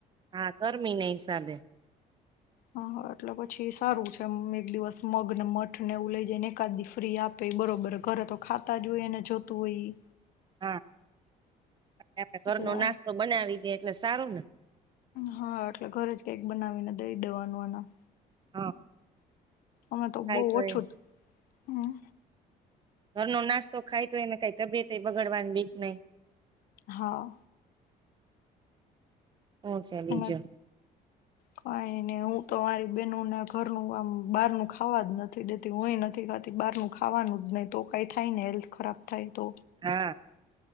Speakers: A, on the right; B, on the left.
A: હા ગરમી ના હિસાબે
B: હા એટલે પછી સારું છે એક દિવસ મગને મઠ ને એવું લઈ જઈ ને એકાદી ફ્રી આપે બરોબર ઘરે તો ખાતા જ હોય એને જોતું હોય ઈ.
A: હા <unintelligible> આપડે ઘરનો
B: એટલે
A: નાસ્તો બનાવી દે. એટલે સારું ને.
B: હા એટલે ઘરે જ કઈક બનાવીને દઈ દેવાનું એન
A: હા.
B: અમે તો
A: ખાય
B: બહુ ઓછું
A: એ
B: જ હમ
A: ઘરનો નાસ્તો ખાય તો એને કઈ તબિયત બગડવાની બીક જ નહી.
B: હા.
A: હું છે બીજું
B: એના કોને તો મારી બહેનોને ઘરનું આમ બહારનું ખાવા જ નથી દેતી હય નથી ખાતી બહારનું ખાવાનું જ નહીં તો કાંઈ થાય ને હેલ્થ ખરાબ થાય તો
A: હા.